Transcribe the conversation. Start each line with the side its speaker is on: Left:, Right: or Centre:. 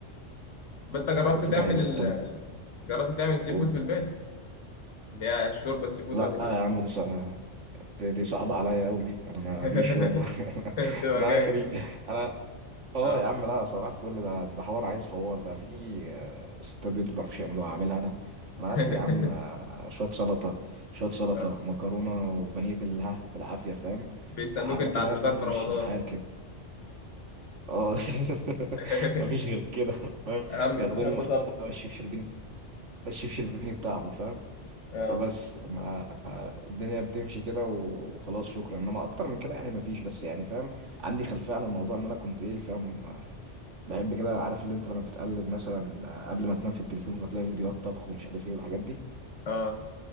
Left: ما انت جربت
Right: الفكره
Left: تعمل
Right: حلوه
Left: ال...
Right: دي طب
Left: <laughs> جربت تعمل سي
Right: قول.
Left: فود في البيت اللي هي شوربه سي فود
Right: لا
Left: ولا كده
Right: يا عم دي صع- دي دي صعبه عليا قوي دي انا ما
Left: <laughs>
Right: فيش يابا <laughs>
Left: بتبقى
Right: انا
Left: جاي
Right: اخري انا اه
Left: اه
Right: يا عم لا صباح الفل ده ده حوار عايز حوار ده في آه، ستات بيوت ما بيعرفوش يعملوها هعملها انا انا
Left: <laughs>
Right: اخري يا عم آه، شويه سلطه شويه سلطه
Left: آه.
Right: مكرونه وبانيه بالها بالعافيه فاهم
Left: بيستنوك
Right: حاجات
Left: انت على
Right: اللي
Left: الفطار
Right: هي فاهم تمشي
Left: في رمضان
Right: الحال كده اه <laughs>
Left: <laughs>
Right: مفيش غير كده فاهم
Left: اهم
Right: بياخدوني
Left: اهم
Right: محتوى
Left: طبق
Right: الشيف شربيني الشيف شربيني بتاعهم فاهم
Left: آه.
Right: فبس ما آه، الدنيا بتمشي كده وخلاص شكرا انما اكتر من كده يعني مفيش بس يعني فاهم عندي خلفيه عن الموضوع ان انا كنت ايه فاهم بحب كده عارف اللي انت لما بتقلب مثلا قبل ما تنام في التليفون فتلاقي فيديوهات طبخ ومش عارف ايه والحاجات دي
Left: اه